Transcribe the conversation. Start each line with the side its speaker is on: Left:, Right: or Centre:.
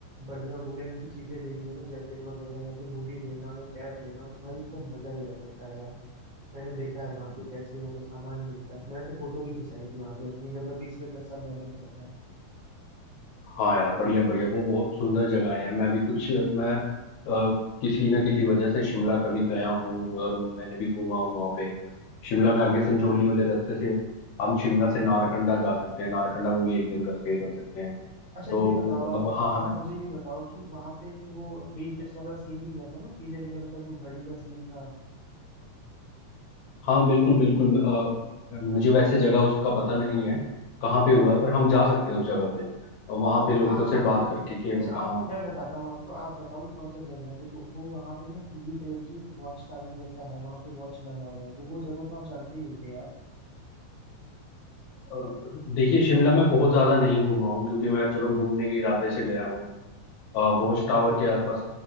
Right: बढ़िया वुलन की चीजें लेनी हो ना जैकेट वगैरह या फिर हुडी लेना हो या कैप लेना हो तो भाई एकदम मजा ही आ जाता है यार मैंने देखा है वहां पे कैसे मतलब सामान मिलता है मैंने तो फोटो भी खिंचाई थी वहां पे अपनी जब मैं पिछले दस साल पहले गया था
Left: हाँ यार बढ़िया बढ़िया वो बहुत सुंदर जगह है मैं भी कुछ मैं अ, किसी ना किसी वजह से शिमला कभी गया हूँ और मैंने भी घूमा हूँ वहाँ पे शिमला में आगे संजौली वाले रास्ते से हम शिमला से नारकंडा जा सकते हैं नारकंडा में भी एक दिन का स्टे कर सकते हैं तो
Right: अच्छा ये बताओ
Left: मतलब
Right: आप
Left: वहाँ
Right: आप
Left: हमें
Right: मुझे ये बताओ कि वहां पे एक वो थ्री इडियट्स वाला सीन भी हुआ था ना पीले कलर का जो घड़ी का सीन था
Left: हाँ बिल्कुल बिल्कुल अ, मुझे वैसे जगह उसका पता नहीं है कहाँ पे हुआ है पर हम जा सकते हैं उस जगह पे वहां पे लोकल
Right: हाँ हाँ
Left: से बात
Right: वो
Left: करके कि
Right: अच्छा
Left: वो कहाँ
Right: आप मैं बताता हूँ आपको आप बताओ कौन सा जगह है देखो वो वहां पे ना पीली कलर की एक वॉच टावर जैसा है वहां पे वॉच लगा हुआ है तो वो जगह तो आप जानते ही होगे यार
Left: अ, देखिए शिमला में बहुत ज्यादा नहीं घूमा हूँ क्योंकि मैं चलो घूमने के इरादे से गया हूँ अ, वॉच
Right: अच्छा
Left: टावर के आसपास